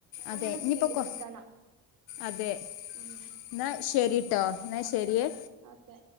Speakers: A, on the left (about 80°); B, on the right (about 60°).
A: അതെ
B: അങ്ങനെ
A: ഇനിയിപ്പോൾ
B: ശീലിപ്പിക്കണം
A: കൊ അതെ
B: ഉം
A: എന്നാ ശരിട്ടോ എന്നാ
B: ഓക്കെ
A: ശരിയേ
B: ഓക്കെ